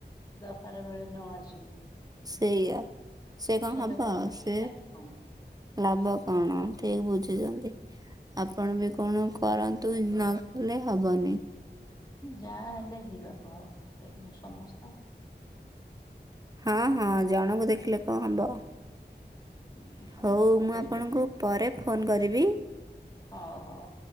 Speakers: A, on the left; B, on the right.
A: ଦରକାର ବେଳେ ନ ଆସିବୁ
B: ସେଇଆ ସେ କଣ ହେବ
A: ଲୋକ ଥାଇକି
B: ସେ
A: ଲାଭ କଣ?
B: ଲାଭ କଣ ଠିକ ବୁଝୁଛନ୍ତି। ଆପଣ ବି କଣ କରନ୍ତୁ ନ କଲେ ହବନି।
A: ଯାହା ହେଲେ ଯିବାକୁ ହବ ମତେ ମୁଁ ସମସ୍ତେ
B: ହଁ
A: କେମିତି
B: ହଁ ଜଣଙ୍କୁ ଦେଖିଲେ କଣ ହବ?
A: ମୁଁ ସମସ୍ତଙ୍କୁ
B: ହଉ ମୁଁ
A: ଦେବି
B: ଆପଣଙ୍କୁ ପରେ ଫୋନ କରିବି।
A: ହଉ ହଉ।